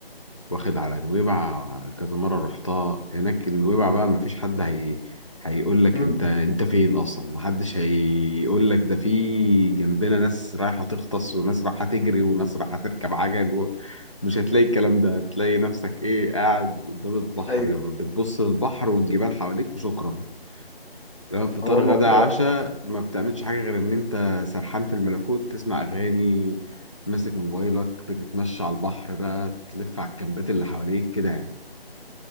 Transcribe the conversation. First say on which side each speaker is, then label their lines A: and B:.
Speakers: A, on the left; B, on the left.
A: واخد على نويبع كذا مرة رحتها هناك نويبع بقى مفيش حد هي هيقول لك
B: امم
A: انت انت فين اصلا محدش هيقول لك ده في جنبنا ناس رايحة تغطس وناس رايحة تجري وناس رايحة تركب عجل و... مش هتلاقي الكلام ده هتلاقي نفسك ايه قاعد قدام البحر
B: ايوه
A: بتبص للبحر والجبال حواليك وشكرا تمام فطار
B: هو الموضوع
A: غدا عشاء ما بتعملش حاجة غير إن أنت سرحان في الملكوت تسمع أغاني ماسك موبايلك بتتمشى على البحر بقى تلف على الكامبات اللي حواليك كده يعني